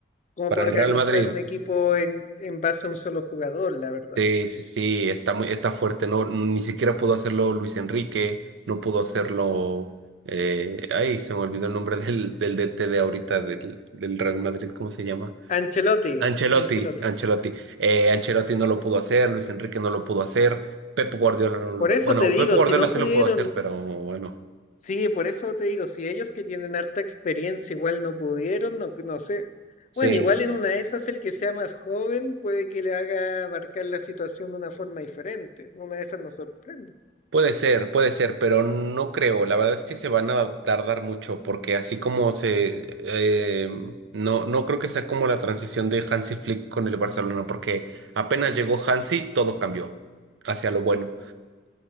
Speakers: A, on the left; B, on the right.
A: como
B: Para
A: para
B: el
A: organizar
B: Real Madrid,
A: un equipo en, en base a un solo jugador, la verdad.
B: sí, sí, sí, está muy, está fuerte, ¿no? Ni siquiera pudo hacerlo Luis Enrique, no pudo hacerlo... eh, ay, se me olvidó el nombre del, del DT de ahorita del, del Real Madrid, ¿cómo se llama?
A: Ancelotti,
B: Ancelotti,
A: Ancelotti.
B: Ancelotti. Eh, Ancelotti no lo pudo hacer, Luis Enrique no lo pudo hacer, Pep Guardiola no lo...
A: Por eso
B: Bueno,
A: te digo,
B: Pep Guardiola
A: si no
B: sí
A: pudieron,
B: lo pudo hacer, pero bueno,
A: Sí, por eso te digo, si ellos que tienen harta experiencia igual no pudieron, no, no sé.
B: sí,
A: Bueno, igual en una de esas el que sea más joven puede que le haga abarcar la situación de una forma diferente. Una de esas nos sorprende.
B: puede ser, puede ser, pero no creo. La verdad es que se van a tardar mucho, porque así como se... eh, no, no creo que sea como la transición de Hansi Flick con el Barcelona, porque apenas llegó Hansi, todo cambió hacia lo bueno.